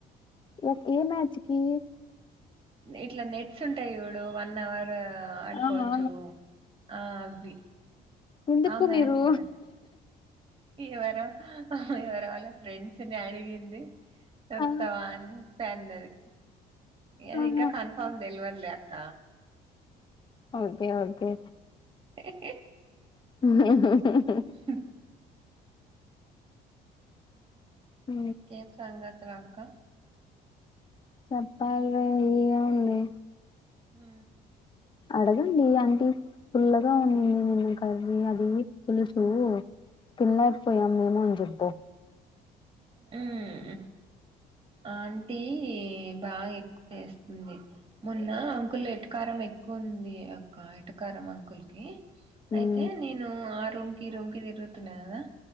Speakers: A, on the left; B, on the right.
A: ఓ ఏ మ్యాచ్ కి
B: ఇట్ల నెట్స్ ఉంటాయి చూడు వన్ అవర్ ఆడుకోవచ్చు
A: ఆహా
B: ఆ అవి
A: ఎందుకు
B: ఆ మ్యాచ్
A: మీరు
B: లే ఎవరో ఎవరో వాళ్ళ ఫ్రెండ్స్ ని అడిగింది వత్తవా
A: ఆ
B: అనేసి అన్నది ఎ అది
A: ఆహా
B: ఇంకా కన్ఫామ్ తెలవదులే అక్క
A: ఒకే ఒకే
B: <inaudible>
A: ఉ హు హు హు
B: హు
A: ఉ
B: ఏం సంగతి రా అక్క
A: చెప్పాలి ర ఏముంది
B: హు
A: అడగండి అంటి పుల్లగా ఉన్న నిన్న కర్రీ అది పులుసు తినలేకపోయాము మేము అని చెప్పు
B: హ్మ్ ఆంటీ బాగా ఎక్కువ వేస్తుంది మొన్న అంకుల్ ఎట్కారం ఎక్కు కువ ఉంది అక్క ఏటకారం అంకుల్ కి
A: హ్మ్
B: అయితే నేను ఆ రూమ్ కి ఈ రూమ్ కి తిరుగుతున్న కదా